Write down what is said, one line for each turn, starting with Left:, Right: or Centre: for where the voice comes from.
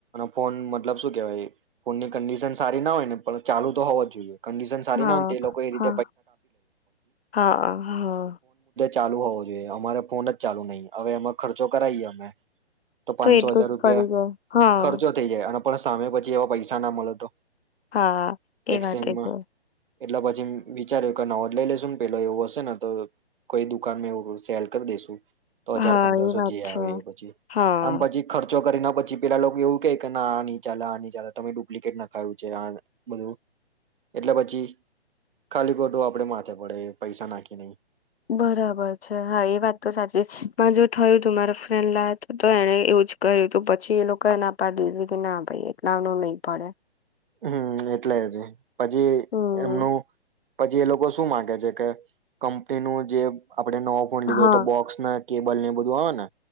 Right: ફોન મતલબ શું કેવાય ફોનની કંડિશન સારી ના હોયને, પણ ચાલુ તો હોવો જ જોઈએ. કન્ડિશન સારી
Left: હા
Right: ના હોય ને તો એ લોકો એ રી
Left: હા હા હા
Right: ચાલુ હોવો જોઈએ, અમારે ફોન જ ચાલુ નહી અવે એમાં ખર્ચો કરાઈએ અમે. તો પાંનસો
Left: એટલું
Right: હજાર
Left: જ
Right: રૂપિયા
Left: પડી જાય હા
Right: ખર્ચો થઈ જાય અને પણ સામે પછી એવા પૈસા ના મલે તો?
Left: હા! એ
Right: એક્સચેન્જમાં
Left: વાતે હો
Right: એટલે પછી વિચાર્યું કે નવો જ લઈ લેશું ને, પેલો એવું હશે ને તો કોઇ દુકાનમાં એવું સેલ કરી દેસુ. તો હજાર
Left: હા
Right: પંદરસો
Left: એ વાત
Right: જે
Left: છે
Right: આવે એ પછી.
Left: હા
Right: આમ પછી ખર્ચ <unintelligible> કરી ના પછી પેલા લોકો એવું કે ના આની ચાલે આની ચાલે, તમે ડુપ્લિકેટ નખાયું છે, આ બધું. એટલે પછી ખાલી <unintelligible> આપડે માથે પડે પૈસા નાખી <unintelligible>
Left: બરાબર છે, હા! એ વાત તો સાચી પણ જો થયું તું મારા ફ્રેન્ડ લાય તો એણે એવુ જ કર્યું તો પછી એ લોકો એ ના પાડી દીધી કે ના ભાઈ એટલા નો નહી પડે.
Right: હમ એટલે જ. પછી
Left: હમ
Right: એમનું? પછી એ લોકો શું માંગે છે, કે કંપનીનું જે આપણે નવો ફોન લીધો
Left: હા
Right: એતો બોક્સ ને કેબલને એ બધું <unintelligible> ને